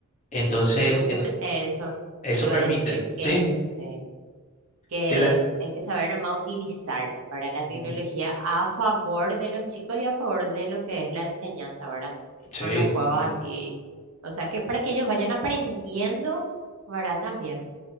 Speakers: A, on the left; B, on the right.
A: Entonces,
B: Y justamente
A: eh,
B: eso
A: eso
B: iba
A: permite,
B: a decir
A: sí,
B: que... sí. que
A: que la...
B: hay que saber nomás utilizar para la tecnología
A: Ujú,
B: a favor de los chicos y a favor de lo que es la enseñanza, ¿verdad?
A: Sí,
B: Con los
A: totalmente.
B: juegos así, o sea, que para que ellos vayan aprendiendo, ¿verdad? También,